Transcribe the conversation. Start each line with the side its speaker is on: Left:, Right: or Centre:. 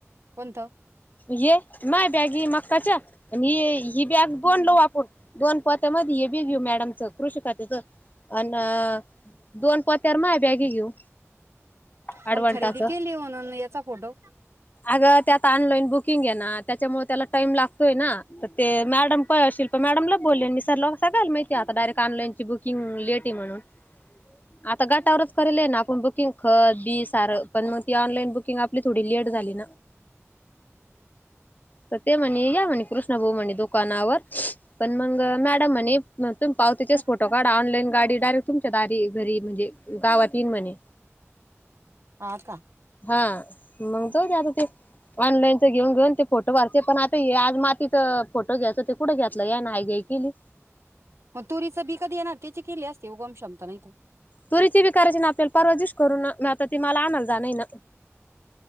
Right: कोणत
Left: ये माय बॅगी मक्काच्या आणि ही बॅग बोनलऊ आपण दोन पोत्या म हे बी घेऊ मॅडमच कृष खात्याच अ दोन पोत्यार माय बॅगी घेऊ ॲडवांटाचं.
Right: मग खरेदी केली म्हणून याचा फोटो
Left: अगं त्यात ऑनलाईन बुकिंग आहे ना त्यामुळे त्याला टाइम लागतोय ते ना मॅडम शिल्पा मॅडम ला बोली सगळ्या ला माहित आहे डायरेक्ट ऑनलाईन ची बुकिंग लेट आहे म्हणून आता गटावर च कराले ना बुकिंगखत बी सार पण ऑनलाईन बुकिंग आपण म्हंटल थोडी लेट झाली ना तर ते म्हणे या म्हणे कृष न भाो म्हणे दुकानावर पण मग मॅडमणे मग तम पाव त्याच्याच
Right: हं,
Left: फोटो कार्ड ऑनईन गाडी डायरेक्ट तुमच्या दारी येईन घरी म्हणजे गावात येईल म्हणे
Right: हा का
Left: हा मग त आता ते ऑनलाईनच घेऊन घेऊन ते फोटो भारते पण आता आज मातीचा फोटो घ्यायच ते कुठं घेतलं या नाही घ केली
Right: मग तुरीचं बी कधी येणार त्याची केले असते उगम क्षमता नाही तो
Left: तुरीती बी करायची ना आपल्याला परवा दिवशी करू ना आता मला आनंद झालंय ना